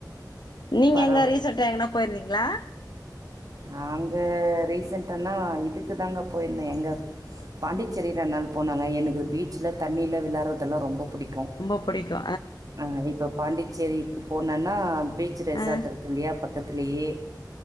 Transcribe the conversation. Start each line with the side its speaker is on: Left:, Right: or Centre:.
Left: நீங்க
Right: பரவா
Left: எங்க ரீசண்டாக எங்னா போயிருந்திங்களா
Right: நாங்க ரீசென்ட்டானா இதுக்கு தாங்க போயிருந்தே எங்க பாண்டிச்சேரி ரெண் நாள் போனங்க எனக்கு பீச்ல தண்ணில விளயாட்றதெல்லா ரொம்ப புடிக்கு கு
Left: ரொம்ப புடிக்கு
Right: ஆ இப்ப பாண்டிச்சேரிக்கு போனன்னா பீச் ரெசார்ட்
Left: ஆ
Right: இருக்கு இல்லையா பக்கத்துலியே